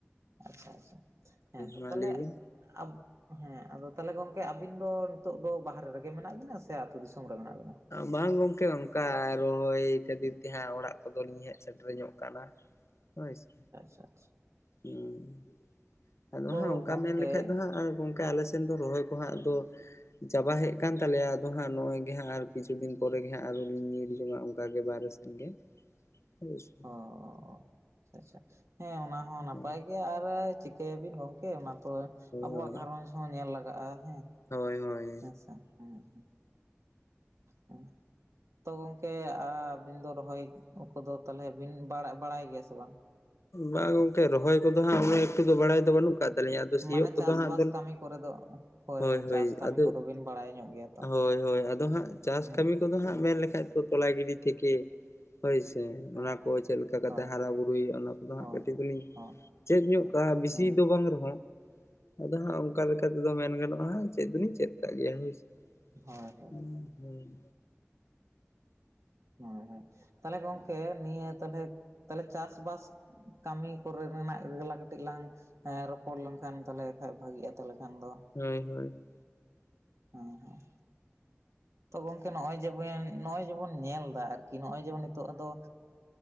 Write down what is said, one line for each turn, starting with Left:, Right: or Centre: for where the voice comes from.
Right: ᱟᱪᱪᱷᱟ ᱟᱪᱪᱷᱟ ᱦᱮᱸ ᱛᱚ
Left: ᱢᱟ
Right: ᱛᱟᱦᱞᱮ
Left: ᱞᱟᱹᱭ ᱵᱤᱱ
Right: ᱟᱵᱼᱼ ᱦᱮᱸ ᱟᱫᱚ ᱛᱟᱦᱚᱞᱮ ᱜᱚᱝᱠᱮ ᱟᱵᱤᱱ ᱫᱚ ᱱᱤᱛᱚᱜ ᱫᱚ ᱵᱟᱦᱨᱮ ᱨᱮᱜᱮ ᱢᱮᱱᱟᱜ ᱵᱤᱱᱟ ᱥᱮ ᱟᱹᱛᱩ ᱫᱤᱥᱚᱢ ᱨᱮ ᱢᱮᱱᱟᱜ ᱵᱤᱱᱟ?
Left: ᱵᱟᱝ ᱜᱚᱢᱠᱮ ᱚᱱᱠᱟ ᱨᱚᱦᱚᱭ ᱠᱷᱟᱹᱛᱤᱨ ᱛᱮ ᱦᱟᱸᱜ ᱚᱲᱟᱜ ᱠᱚᱫᱚᱞᱤᱧ ᱦᱮᱡ ᱥᱮᱴᱮᱨ ᱧᱚᱜ ᱠᱟᱱᱟ ᱦᱳᱭ ᱥᱮ
Right: ᱟᱪᱪᱷᱟ ᱟᱪᱪᱷᱟ
Left: ᱦᱩᱸ ᱟᱫᱚ
Right: ᱛᱚ
Left: ᱦᱟᱸᱜ ᱚᱱᱠᱟ
Right: ᱜᱚᱝᱠᱮ
Left: ᱢᱮᱱ ᱞᱮᱠᱷᱟᱡ ᱫᱚ ᱦᱟᱸᱜ ᱜᱚᱢᱠᱮ ᱟᱞᱮ ᱥᱮᱱ ᱫᱚ ᱨᱚᱦᱚᱭ ᱠᱚ ᱦᱟᱸᱜ ᱟᱫᱚ ᱪᱟᱵᱟ ᱦᱮᱡ ᱠᱟᱱ ᱛᱟᱞᱮᱭᱟ ᱟᱫᱚ ᱦᱟᱸᱜ ᱱᱚᱜᱼᱚᱭ ᱜᱮ ᱦᱟᱸᱜ ᱟᱨ ᱠᱤᱪᱷᱩ ᱫᱤᱱ ᱯᱚᱨᱮᱜᱮ ᱦᱟᱸᱜ ᱟᱨᱦᱚ ᱞᱤᱧ ᱧᱤᱨ ᱡᱚᱝᱟ ᱚᱱᱠᱟ ᱜᱮ ᱵᱟᱦᱨᱮ ᱥᱮᱱ ᱜᱮ ᱦᱳᱭ ᱥᱮ
Right: ᱚᱻ ᱟᱪᱪᱷᱟ ᱟᱪᱪᱷᱟ ᱦᱮᱸ ᱚᱱᱟ ᱦᱚᱸ ᱱᱟᱯᱟᱭ
Left: ᱦᱳᱭ
Right: ᱜᱮ ᱜᱮ ᱟᱨ ᱪᱤᱠᱟᱹᱭᱟᱵᱤᱱ ᱜᱚᱝᱠᱮ ᱚᱱᱟ ᱛᱚ ᱟᱵᱚᱣᱟᱜ
Left: ᱦᱳᱭ
Right: ᱜᱷᱟᱨᱚᱡᱽ ᱦᱚᱸ ᱧᱮᱞ ᱞᱟᱜᱟᱜᱼᱟ ᱦᱮᱸ
Left: ᱦᱳᱭ ᱦᱳᱭ
Right: <unintelligible> ᱦᱮᱸ ᱦᱮᱸ ᱛᱚ ᱜᱚᱢᱠᱮ ᱟᱹᱵᱤᱱ ᱫᱚ ᱨᱚᱦᱚᱭ ᱠᱚᱫᱚ ᱛᱟᱦᱚᱞᱮ ᱵᱤᱱ ᱵᱟᱲᱟᱭ ᱜᱮᱭᱟ ᱥᱮ ᱵᱟᱝ?
Left: ᱵᱟᱝ ᱜᱚᱢᱠᱮ ᱨᱚᱦᱚᱭ ᱠᱚᱫᱚ ᱦᱟᱸᱜ ᱚᱱᱮ ᱮᱠᱴᱩ ᱫᱚ ᱵᱟᱲᱟᱭ ᱫᱚ ᱵᱟᱹᱱᱩᱜ ᱟᱠᱟᱫ ᱛᱟᱞᱤᱧᱟ ᱟᱫᱚ ᱥᱤᱭᱳᱜ
Right: ᱢᱟᱱᱮ
Left: ᱠᱚᱫᱚ
Right: ᱪᱟᱥᱵᱟᱥ
Left: ᱦᱟᱜ
Right: ᱠᱟᱹᱢᱤ ᱠᱚᱨᱮ ᱫᱚ
Left: ᱦᱳᱭ ᱦᱳᱭ
Right: ᱪᱟᱥ ᱠᱟᱹᱢᱤ
Left: ᱟᱫᱚ
Right: ᱠᱚᱫᱚ ᱵᱤᱱ ᱵᱟᱲᱟᱭ ᱧᱚᱜ ᱜᱮᱭᱟ ᱛᱚ
Left: ᱦᱳᱭ ᱦᱳᱭ ᱟᱫᱚ ᱦᱟᱸᱜ ᱪᱟᱥ
Right: ᱦᱮᱸ
Left: ᱠᱟᱹᱢᱤ ᱠᱚᱫᱚ ᱦᱟᱸᱜ ᱢᱮᱱ ᱞᱮᱠᱷᱟᱡ ᱛᱚᱞᱟ ᱜᱤᱰᱤ ᱛᱷᱮᱠᱮ ᱦᱳᱭᱥᱮ
Right: ᱦᱮᱸ
Left: ᱚᱱᱟ ᱠᱚ ᱪᱮᱫ ᱞᱮᱠᱟ ᱠᱟᱛᱮ
Right: ᱦᱳᱭ
Left: ᱦᱟᱨᱟ ᱵᱩᱨᱩᱭ ᱚᱱᱟ ᱫᱚ ᱦᱟᱸᱜ
Right: ᱦᱳᱭ
Left: ᱠᱟᱹᱴᱤᱡ ᱫᱚᱞᱤᱧ
Right: ᱦᱳᱭ
Left: ᱪᱮᱫ ᱧᱚᱜ ᱠᱟᱜᱼᱟ ᱵᱤᱥᱤ
Right: ᱦᱮᱸ
Left: ᱫᱚ ᱵᱟᱝ ᱨᱮᱦᱚᱸ ᱟᱫᱚ ᱦᱟᱸᱜ ᱚᱱᱠᱟ ᱞᱮᱠᱟ ᱛᱮᱫᱚ ᱢᱮᱱ ᱜᱟᱱᱚᱜᱼᱟ ᱪᱮᱫ ᱫᱚᱞᱤᱧ ᱪᱮᱫ ᱠᱟᱜ ᱜᱮᱭᱟ ᱦᱳᱭ <unintelligible>
Right: ᱦᱳᱭ ᱦᱳᱭ
Left: ᱦᱮᱸ ᱦᱮᱸ
Right: ᱦᱮᱸ ᱦᱮᱸ ᱛᱟᱦᱞᱮ ᱜᱚᱝᱠᱮ ᱱᱤᱭᱟᱹ ᱛᱟᱦᱞᱮ ᱛᱟᱦᱞᱮ ᱪᱟᱥ ᱵᱟᱥ ᱠᱟᱹᱢᱤ ᱠᱚᱨᱮᱱᱟᱜ ᱜᱮᱞᱟ ᱠᱟᱹᱴᱤᱡ ᱞᱟᱝ ᱨᱚᱯᱚᱲ ᱞᱮᱱᱠᱷᱟᱱ ᱛᱟᱞᱦᱮ ᱠᱷᱟᱡ ᱵᱷᱟᱹᱜᱤᱜᱼᱟ ᱛᱟᱦᱚᱞᱮ ᱠᱷᱟᱱ ᱫᱚ
Left: ᱦᱳᱭ ᱦᱳᱭ
Right: ᱦᱮᱸ ᱦᱮᱸ ᱛᱚ ᱜᱚᱝᱠᱮ ᱱᱚᱜᱼᱚᱭ ᱡᱮ ᱱᱚᱜᱼᱚᱭ ᱡᱮᱵᱚᱱ ᱧᱮᱞᱫᱟ ᱟᱨᱠᱤ ᱱᱚᱜᱼᱚᱭ ᱡᱮᱢᱚᱱ ᱱᱤᱛᱚᱜ ᱟᱫᱚ